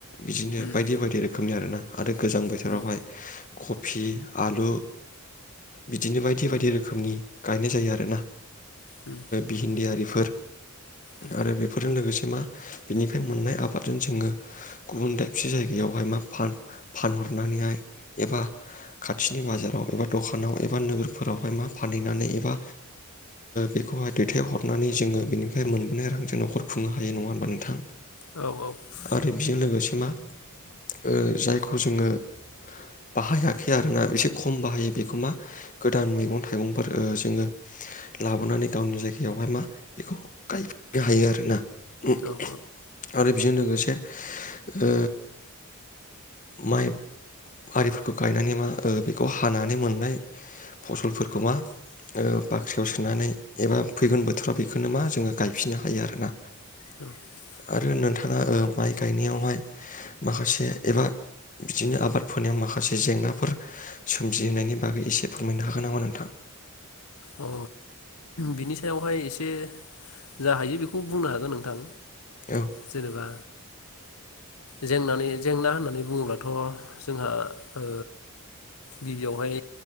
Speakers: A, on the left; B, on the left.
A: बिदिनो
B: उम
A: बायदि बायदि रोखोमनि आरोना आरो गोजां बोथोरावहाय
B: उम
A: कफि आलु बिदिनो बायदि बायदि रोखोमनि गायनाय जायो आरो ना
B: उम
A: बिहिन्दि आरिफोर
B: उम
A: आरो बेफोरजों लोगोसे मा बिनिफ्राय मोननाय आबाद जोङो गुबुन दाबसे जायगायावहाय मा फानहरनानैहाय एबा खाथिनि बाजाराव एबा दखानाव एबा नोगोरफोरावहाय मा फानहैनानै एबा बेखौहाय दैथायहरनानै जोङो बेनिफ्राय मोनबोनाय रांजों न'खर खुंनो हायो नङा होनबा नोंथां?
B: औ औ
A: आरो बेजों लोगोसे मा ओ जायखौ जोङो बाहायाखै आरोना एसे खम बाहायो बेखौ मा गोदान मैगं थाइगंफोर जोङो लाबोनानै गावनि जायगायावहाय मा बेखौ गायफिनो हायो आरो ना <inaudible>
B: औ
A: बेजों लोगोसे ओ माइ आरिफोरखौ गायनानै मा बेखौ हानानै मोननाय फसलफोरखौ मा ओ बाख्रियाव सोनानै एबा फैगोन बोथोराव बेखौनो मा जोङो गायफिननो हायो आरोना।
B: <inaudible>
A: आरो नोंथाङा माइ गायनायावहाय माखासे एबा बिदिनो आबाद फोनायाव माखासे जेंनाफोर सोमजिहोनायनि बागै एसे फोरमायनो हागोन नामा नोंथां?
B: अ बिनि सायावहाय एसे जा हायो बेखौ बुंनो हागोन नोंथां।
A: औ
B: जेनेबा जें जेंना होननानै बुङोब्लाथ' जोंहा ओ गिबियावहाय